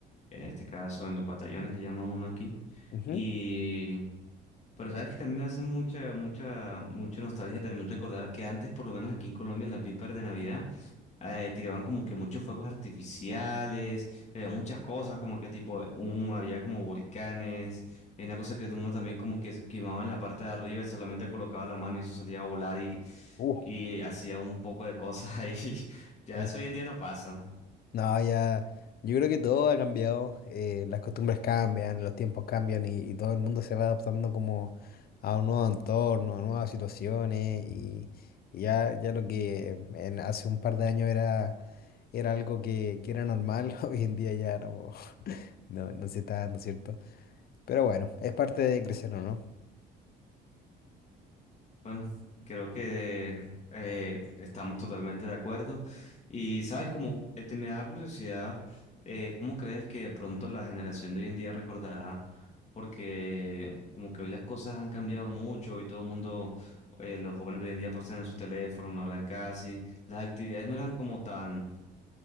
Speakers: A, on the left (about 40°); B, on the left (about 55°).
A: en este caso en los batallones le llaman uno aquí.
B: Ujú.
A: y Pero sabes que también me hace mucha, mucha, mucha nostalgia también recordar que antes, por lo menos aquí en Colombia, en las vísperas de Navidad, eh, tiraban como que muchos fuegos artificiales, eh, muchas cosas, como que tipo, un, había como volcanes, y una cosa que uno también como que s- quemaba en la parte de arriba, solamente colocaba la mano y eso salía a volar y,
B: Uh,
A: y hacía un poco de cosas ahí. <laughs> Ya
B: no.
A: eso hoy en día no pasa.
B: No, ya, yo creo que todo ha cambiado, eh, las costumbres cambian, los tiempos cambian y, y todo el mundo se va adaptando como a un nuevo entorno, a nuevas situaciones y, y ya, ya lo que en- hace un par de años era, era algo que, que era normal, <laughs> hoy en día ya no, no, no se está dando, ¿cierto? Pero bueno, es parte de crecer, ¿o no?
A: Bueno, creo que eh, estamos totalmente de acuerdo. Y sabes, como eh, te me da curiosidad, eh, ¿cómo crees que de pronto la generación de hoy en día recordará? Porque como que hoy las cosas han cambiado mucho y todo el mundo, eh, los jóvenes de hoy en día pasan en su teléfono, no hablan casi. Las actividades no eran como tan,